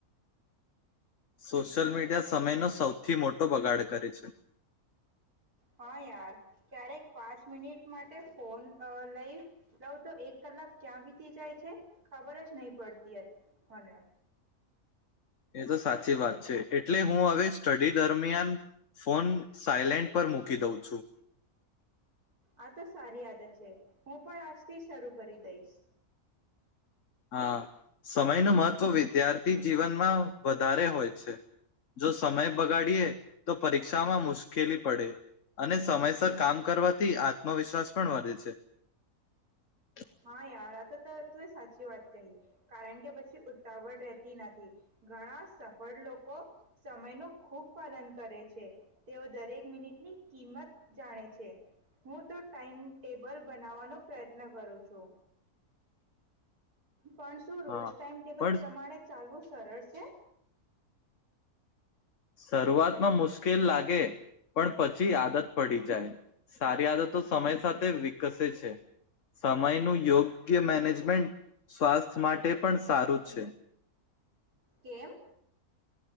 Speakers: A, on the left; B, on the right.
A: સોશિયલ મીડિયા સમયનો સૌથી મોટો બગાડ કરે છે
B: હા યાર ક્યારેક પાંચ મિનિટ માટે ફોન લઈ લઉં તો એક કલાક ક્યાં વીતી જાય છે ખબર જ નહી પડતી મને
A: એ તો સાચી વાત છે એટલે હું હવે સ્ટડી દરમિયાન ફોન સાયલેન્ટ પર મૂકી દઉં છું
B: આ તો સારી આદત છે હું પણ આજથી શરૂ કરી દઈશ
A: હા સમયનું મહત્વ વિદ્યાર્થી જીવનમાં વધારે હોય છે જો સમય બગાડીએ તો પરીક્ષામાં મુશ્કેલી પડે અને સમયસર કામ કરવાથી આત્મવિશ્વાસ પણ વધે છે
B: હા યાર આ તો ત તું એ સાચી વાત કહી કારણ કે પછી ઉતાવળ રહેતી નથી ઘણા સફળ લોકો સમય ન ખુબ પાલન કરે છે તેઓ દરેક મિનિટની કિંમત જાણે છે હું તો ટાઈમ ટેબલ બનાવવાનો પ્રયત્ન કરું છું તો પણ શું રોજ
A: હા
B: ટાઈમ ટેબલ
A: પણ
B: પ્રમાણે ચાલવું સરળ છે
A: શરૂઆતમાં મુશ્કેલ લાગે પણ પછી આદત પડી જાય સારી આદતો સમય સાથે વિકસે છે સમયનું યોગ્ય મેનેજમેન્ટ સ્વાસ્થ્ય માટે પણ સારું છે
B: કેમ